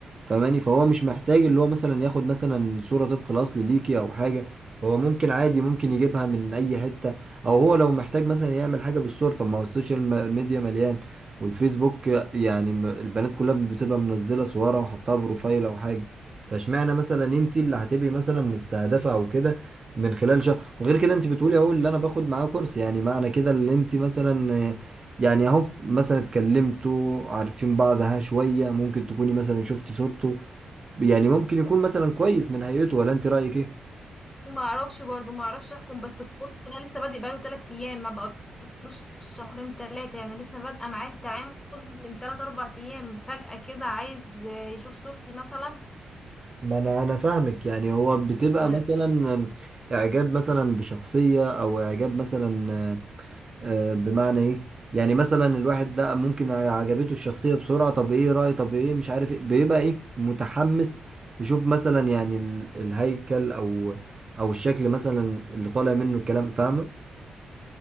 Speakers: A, on the right (about 30°); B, on the left (about 15°).
A: فماني فهو مش محتاج اللي هو مثلا ياخد مثلا صورة طبق الأصل ليكي أو حاجة فهو ممكن عادي ممكن يجيبها من أي حتة أو هو لو محتاج مثلا يعمل حاجة بالصورة طب ما هو السوشيال م- ميديا مليان والفيسبوك يعني م- البنات كلها بتبقى منزلة صورها وحطها بروفايل أو حاجة فاشمعنى مثلا انت اللي هتبقي مثلا مستهدفة أو كده من خلال شهر وغير كده انت بتقولي اهو اللي انا باخد معاه كورس يعني معنى كده اللي انت مثلا يعني اهو مثلا اتكلمتوا عارفين بعض ها شوية ممكن تكوني مثلا شفت صورته يعني ممكن يكون مثلا كويس من هيئته ولا انت رأيك ايه؟
B: ما اعرفش برضو ما اعرفش احكم بس الكورس ده لسه بادئ بقاله 3 ايام ما بقالوش شهرين ثلاثه يعني لسه بادئه معاه التعامل من 3 4 ايام فجأة كده عايز آه، يشوف صورتي مثلا
A: ما انا انا فاهمك يعني هو بتبقى
B: و-
A: مثلا اعجاب مثلا بشخصية او اعجاب مثلا آه، آه، بمعنى ايه؟ يعني مثلا الواحد لا ممكن عجبته الشخصية بسرعة طب ايه رأي طب ايه مش عارف ايه بيبقى ايه متحمس يشوف مثلا يعني ال- الهيكل او او الشكل مثلا اللي طالع منه الكلام فاهمة؟